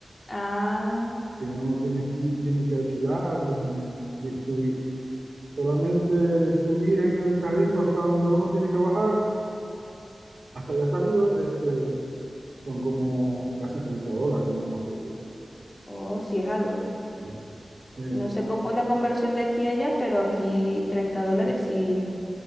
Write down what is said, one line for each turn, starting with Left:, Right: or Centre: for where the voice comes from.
Left: Ah,
Right: Si uno no tiene esquí, tiene que alquilarlos y, y subir. Solamente subir en el carrito hasta donde uno tiene que bajar, hasta allá hasta arriba, este, son como casi 30 dólares nada más por eso.
Left: oh, sí es algo.
Right: Sí. Eh,
Left: No sé cómo es la conversión de aquí a allá, pero aquí 30 dólares sí.